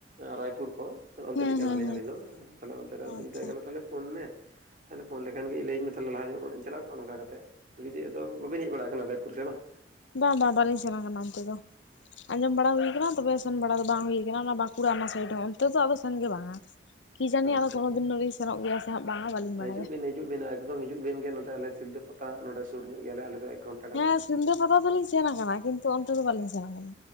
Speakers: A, on the right (about 45°); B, on the left (about 85°).
A: ᱨᱟᱭᱯᱩᱨ ᱠᱚ, ᱱᱚᱜ ᱱᱚᱛᱮᱱᱤᱡ
B: ᱦᱩᱸ
A: ᱠᱟᱱᱟᱞᱮ
B: ᱦᱩᱸ ᱦᱩᱸ ᱦᱩᱸ
A: ᱟᱞᱮ ᱫᱚ ᱟᱫᱚ ᱪᱟᱞᱟᱶ ᱚᱸᱛᱚᱨᱟ
B: ᱚ
A: ᱫᱚ ᱢᱮᱛᱟᱭ
B: ᱟᱪᱪᱷᱟ
A: ᱠᱟᱱᱟ, ᱛᱟᱦᱚᱞᱮ ᱯᱷᱳᱱ ᱢᱮ, ᱛᱟᱦᱚᱞᱮ ᱯᱷᱳᱱ ᱞᱮᱠ- ᱧᱮᱞ ᱜᱮ ᱤ ᱞᱟᱹᱭ ᱟᱹᱧ ᱢᱮ ᱛᱷᱟᱦᱚᱞᱮ ᱞᱟᱦᱟ ᱧᱚᱜ ᱨᱚ ᱨᱮ ᱪᱟᱞᱟᱣ ᱠᱚᱜᱼᱟ ᱱᱚᱸᱠᱟ ᱠᱟᱛᱮᱜ, ᱱᱤᱡᱟᱹ ᱟᱫᱚ ᱵᱟᱹᱵᱤᱱ ᱦᱮᱡ ᱵᱟᱲᱟ ᱠᱟᱱᱟ ᱨᱟᱭᱯᱩᱨ ᱥᱮ ᱵᱟᱝ?
B: ᱵᱟᱝ ᱵᱟᱝ ᱵᱟᱹᱞᱤᱧ ᱥᱮᱱ ᱟᱠᱟᱱᱟ ᱚᱱᱛᱮ ᱫᱚ, ᱟᱸᱡᱚᱢ ᱵᱟᱲᱟ ᱦᱩᱭ ᱭᱟᱠᱟᱱᱟ ᱛᱚᱵᱮ ᱥᱮᱱ ᱵᱟᱲᱟ ᱫᱚ ᱵᱟᱝ ᱦᱩᱭ ᱟᱠᱟᱱᱟ, ᱚᱱᱟ ᱵᱟᱸᱥ- ᱪᱮ ᱚᱱᱟ ᱥᱟᱹᱭᱤᱰ ᱦᱚᱞ ᱛᱚ ᱫᱚ ᱟᱫᱚ ᱥᱮᱱ ᱜᱮ ᱵᱟᱝ ᱟ, ᱠᱤ ᱡᱟᱹᱱᱤ
A: ᱟᱪᱪᱷᱟ
B: ᱟᱫᱚ ᱠᱳᱱᱳ
A: ᱟᱪᱪᱷᱟ
B: ᱫᱤᱱ ᱫᱚᱸᱞᱤᱧ ᱥᱮᱱᱚᱜ ᱜᱮᱭᱟ ᱥᱮ ᱵᱟᱝ ᱟ, ᱵᱟᱹᱞᱤᱧ ᱵᱟᱰᱟᱭᱟ?
A: ᱦᱤᱡᱩᱜ ᱵᱤᱱ ᱦᱤᱡᱩᱜ ᱵᱤᱱ ᱮᱠᱫᱚᱢ ᱦᱤᱡᱩᱜ ᱵᱤᱱ ᱜᱮ ᱱᱚᱛᱮ ᱟᱞᱮ ᱥᱤᱞᱫᱟᱹ ᱯᱟᱛᱟ, ᱱᱚᱰᱮ ᱥᱩᱨ ᱧᱚᱜ ᱜᱮᱭᱟ ᱞᱮ ᱟᱞᱮ ᱫᱚ ᱮᱠ ᱜᱷᱚᱱ-
B: ᱦᱮᱸ ᱥᱤᱞᱫᱟᱹ ᱯᱟᱛᱟ ᱫᱚᱞᱤᱧ ᱥᱮᱱ ᱟᱠᱟᱱᱟ, ᱠᱤᱱᱛᱩ ᱚᱱᱛᱮ ᱫᱚ ᱵᱟᱹᱞᱤᱧ ᱥᱮᱱ ᱟᱠᱟᱱᱟ᱾